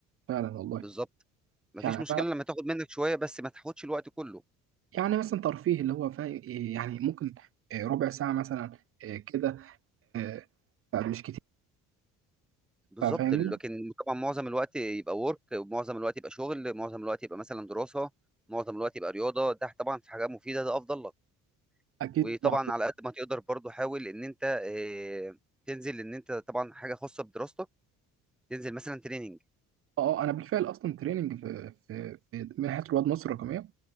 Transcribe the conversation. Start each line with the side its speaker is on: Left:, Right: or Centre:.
Right: فعلا والله
Centre: بالظبط مفيش
Right: يعني
Centre: مشكلة لما تاخد منك شوية بس ما تاخدش الوقت كله
Right: يعني مثلا ترفيه اللي هو فا يعني ممكن آه، ربع ساعة مثلا آه، كده آه، فمش كتير
Centre: بالظبط
Right: فا- فاهمني
Centre: لكن طبعا معظم الوقت يبقى ورك ومعظم الوقت يبقى شغل معظم الوقت يبقى مثلا دراسة معظم الوقت يبقى رياضة ده طبعا في حاجة مفيدة ده أفضل لك
Right: أكيد
Centre: وطبعا
Right: طبعا
Centre: على قد ما تقدر برضو حاول ان انت آه، تنزل ان انت طبعا حاجه خاصه بدراستك تنزل مثلا تريننج
Right: أه آه، أنا بالفعل أصلا تريننج في في في منحة رواد مصر الرقمية